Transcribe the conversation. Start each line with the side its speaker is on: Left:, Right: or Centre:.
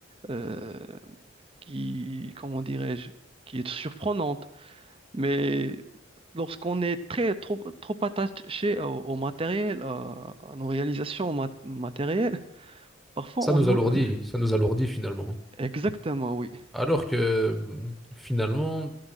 Right: euh, qui, comment dirais-je, qui est surprenante. Mais lorsqu'on est très, trop, trop attaché au, au matériel, à, à nos réalisations mat- matérielles, Parfois,
Centre: Ça
Right: on
Centre: nous
Right: nous...
Centre: alourdit,
Right: <laughs>
Centre: ça nous alourdit finalement.
Right: Exactement, oui.
Centre: Alors que mm, finalement,